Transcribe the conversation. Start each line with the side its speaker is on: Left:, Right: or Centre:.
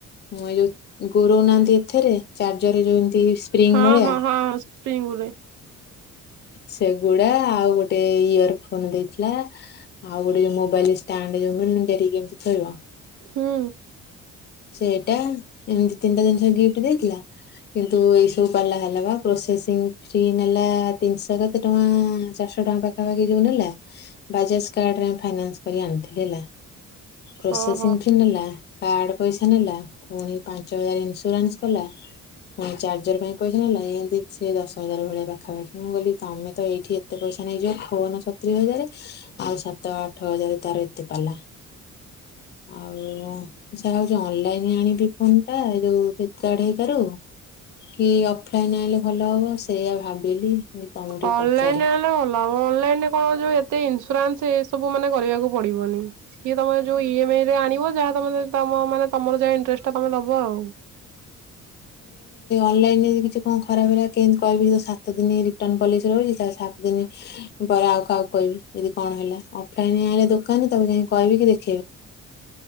Left: ଏ ଯୋଉ ଗୁରଉ ନାହାନ୍ତି ଏଥିରେ ଚାର୍ଜର ଏ ଯଉ ଯେମତି ସ୍ପ୍ରିଙ୍ଗ
Right: ହଁ
Left: ଭଳିଆ।
Right: ହଁ ହଁ ସ୍ପ୍ରିଙ୍ଗରେ
Left: ସେଗୁଡା ଆଉ ଗୋଟେ ଇୟର ଫୋନ ଦେଇଥିଲା ଆଉ ଗୋଟେ ଯୋଉ ମୋବାଇଲ ଷ୍ଟାଣ୍ଡ ଯୋଉ ମିଳୁନିକି ଲଗେଇକି ଏମିତି ଥୋଇିବ।
Right: ହୁଁ
Left: ସେଇଟା ଏମତି ତିନିଟା ଜିନିଷ ଗିଫ୍ଟ ଦେଇଥିଲା କିନ୍ତୁ ଏଇ ସବୁ ପାଲା ହେଲା ବା ପ୍ରୋସେସିଂ ଫି ନେଲା ତିନିଶହ କେତେ ଟଙ୍କା ଚାରିଶ ଟଙ୍କା ପାଖାପାଖି ଯଉ ନେଲା ବାଜାଜ କାର୍ଡରେ ଫାଇନାନ୍ସ କରି ଆଣିଥିଲି ହେଲା। ପ୍ରୋସେସିଂ
Right: ଓହୋ।
Left: ଫି ନେଲା। କାର୍ଡ଼ ପଇସା ନେଲା ପୁଣି ପାଞ୍ଚ ହଜାର ଇନ୍ସୁରାନ୍ସ କଲା ପୁଣି ଚାର୍ଜର ପାଇଁ ପଇସା ନେଲା। ଏତି ସିଏ ଦଶ ହଜାର ଭଳିଆ ପାଖାପାଖି ମୁଁ କହିଲିତମେ ତ ଏଇଠି ଏତେ ପଇସା ନେଇଯିବ ଫୋଅନ ସତୁରି ହଜାର ଆଉ ସାତ ଆଠ ହଜାରେ ତାର ଏତେ ପାଲା ଆଉ ଏହା ହେଉଛି ଅନଲାଇନ୍ ଆଣିବି ଫୋନ ଟା ଏଇ ଯଉ ଫ୍ଲିପୀକାର୍ଟ ହେକାରୁ କି ଅଫଲାଇନ୍ ଆଣିଲେ ଭଲ ହେବ ସେଇଆ ଭାବିଲି। ତମକୁ ଟିକେ
Right: ଅନଲାଇନ
Left: ପଚାରେ
Right: ରେ ଆଣିଲେ ଭଲ ହବ ଅନଲାଇନ ରେ କଣ ହଉଚି ଏତେ ଇନ୍ସୁରାନ୍ସ ସେ ସବୁ ମାନେ କରିବାକୁ ପଡିବନି କିଏ ତମେ ଯୋଉ ଇ ଏମ ଆଇ ରେ ଆଣିବ ଯାହା ତମେ ତମ ମାନେ ତମର ଯାହା ଇଂଟରେଷ୍ଟ ଟା ତମେ ଦ ୱାଆଉ।
Left: ଅନଲାଇନ ଯଦି କିଛି କଣ ଖରାପ ହେଲା କେମିତି କହିବି ସାତ ଦିନ ରିଟର୍ନ ପଲିସି ରହୁଛି ତା ସାତ ଦିନ ପରେ ଆଉ କାହାକୁ କହିବି ଯଦି କଣ ହେଲା ଅଫଲାଇନ ଆଣିଲେ ଦୋକାନ ତାକୁ ଯାଇ କହିବି କି ଦେଖେ